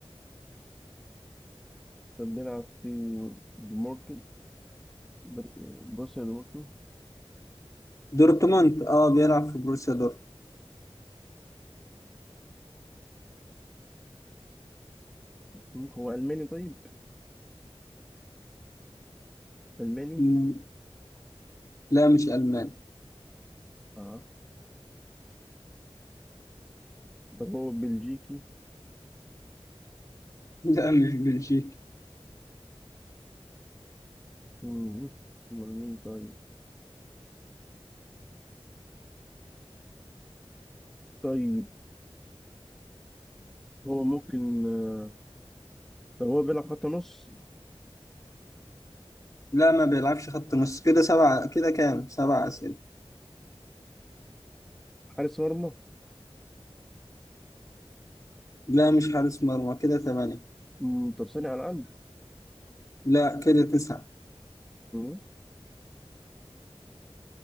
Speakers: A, in the centre; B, on the left.
A: كان بيلعب في دمورتو بر- بروسيا دمورتو
B: دورتموند اه بيلعب في بروسيا دورتموند
A: هو ألماني طيب ألماني
B: مم. لا مش ألماني
A: اه طب هو بلجيكي
B: <laughs> لا مش بلجيكي
A: مم. أمال مين طيب طيب هو ممكن آه، طب هو بيلعب خط نص
B: لا ما بيلعبش خط نص كده سبعة كده كام سبعة أسئلة
A: حارس مرمى
B: لا مش حارس مرمى كده ثمانية
A: مم، طب صانع ألعاب
B: لا كده تسعة
A: مم،